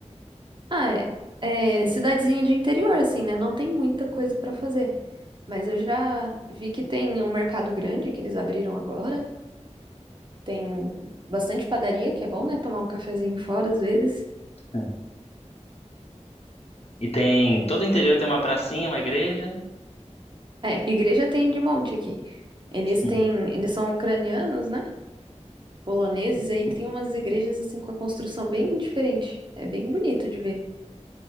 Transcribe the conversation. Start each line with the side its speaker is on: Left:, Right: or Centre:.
Right: Ah, é. É cidadezinha de interior, assim, né? Não tem muita coisa pra fazer. Mas eu já vi que tem um mercado grande que eles abriram agora. Tem bastante padaria, que é bom, né? Tomar um cafezinho fora às vezes.
Left: <laughs> E tem, todo o interior tem uma pracinha, uma igreja.
Right: É, igreja tem de monte aqui. Eles
Left: <laughs>
Right: têm, eles são ucranianos, né? poloneses, e aí tem umas igrejas assim com a construção bem diferente. É bem bonito de ver.